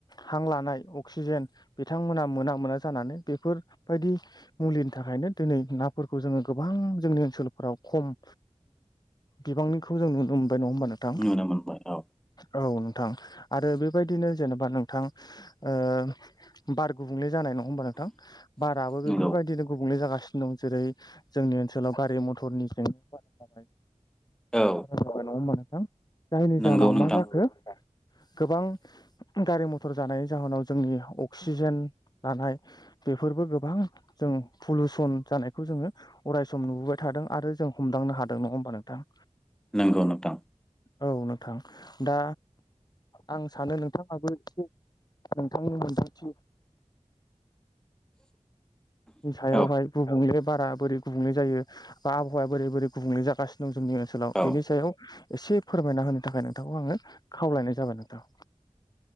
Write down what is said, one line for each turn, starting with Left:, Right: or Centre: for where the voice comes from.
Left: हां लानाय अक्सिजेन बिथांमोना मोना मोना जानानै बेफोरबायदि मुलिनि थाखायनो दिनै नाफोरखौ जोङो गोबां जोंनि ओनसोलफोराव खम बिबांनिखौ जों नुनो मोनबाय नङा होमबा। नोंथां
Centre: नुनो मोनबाय औ।
Left: औ नोंथां आरो बेबायदिनो जेनेबा नोंथां। ओ बार गुबुंले जानाय नङा होमबा नों थां बाराबो बेफोरबायदिनो
Centre: नंगौ
Left: गुबुंले जागासिनो दं जेरै जोंनि ओनसोलाव गारि मथरनि जेंनाया बारा जाबाय
Centre: औ
Left: जाबाय नङा होमबा नोंथां? जायनि जाहोनाव
Centre: नंगौ नोंथां
Left: मा जाखो गोबां गारि मथर जानायनि जाहोनाव जोंनि अक्सिजेन लानाय बेफोरबो गोबां जों पुलउसन जानायखौ जोङो अराय सम नुबोबाय थादों आरो जों हमदांनो हादों नङा होमबा नोंथां।
Centre: नोंगौ नोंथां।
Left: औ नोंथां दा आं सानो नोंथाङोबो एसे नोंथांनि मोनदांथि नि सायावहाय
Centre: औ
Left: गुबुंले बारा बोरै गुबुंले जायो बा आबहावाया बोरै बोरै गुबुंले जागासिनो दं जोंनि ओनसोलाव
Centre: औ
Left: बेनि सायाव एसे फोरमायना होनो थाखाय नोंथांखौ आङो खावलायनाय जाबाय नोंथां